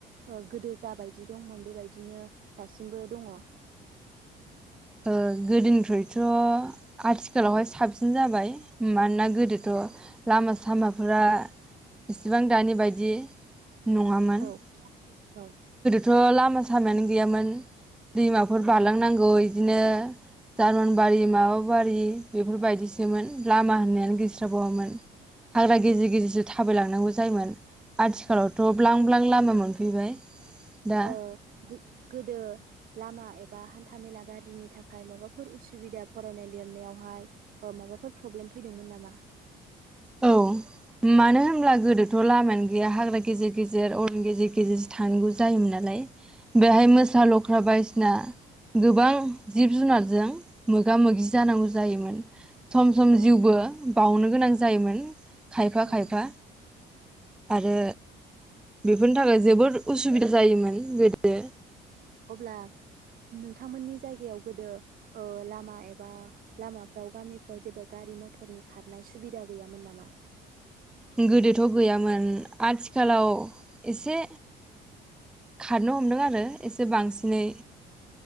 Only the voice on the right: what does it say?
ओ गोदो जाबायदि दंमोन बेबायदिनो दासिमबो दङ?
औ औ।
ओ गोदो लामा एबा हान्थामेला गाज्रिनि थाखाय माबाफोर उसुबिदा फरायनाय लिरनायावहाय माबाफोर प्रब्लेम फैदोंमोन नामा?
औ
औ
औ
औ
अब्ला नोंथांमोन्नि जायगायाव गोदो ओ लामा एबा लामाफ्राव गामिफ्राव जेबो गारि मटरनि खारनाय सुबिदा गैयामोन नामा?